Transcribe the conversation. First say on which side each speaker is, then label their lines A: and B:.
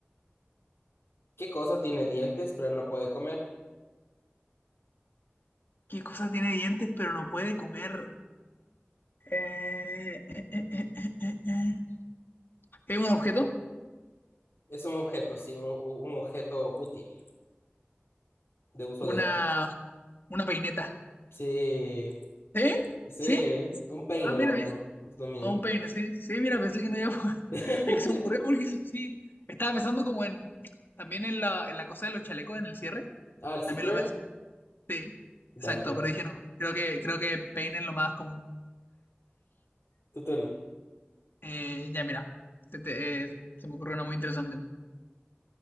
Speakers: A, on the left (about 85°); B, on the left (about 55°).
A: ¿Qué cosa tiene dientes pero no puede comer?
B: ¿Qué cosa tiene dientes pero no puede comer? Eh, eh, eh, eh, eh, eh, eh. ¿Es un objeto?
A: Es un objeto, sí, un, un objeto útil, de uso
B: Una,
A: diario.
B: una peineta.
A: Sí,
B: ¿Sí?
A: sí,
B: ¿Sí?
A: un peine,
B: Ah, mira,
A: bueno,
B: bien.
A: es lo mismo.
B: O un peine, sí. Sí, mira, pensé que no iba a poder.
A: <laughs>
B: <laughs> Es que se me ocurrió porque sí, sí. estaba pensando como en, también en la, en la cosa de los chalecos, en el cierre.
A: Ah, el zipper.
B: También lo pensé. Sí,
A: Dale,
B: exacto,
A: bueno,
B: pero dije no, creo que, creo que peine es lo más común.
A: tu turno.
B: Eh, ya, mira, te- te- eh, se me ocurrió una muy interesante.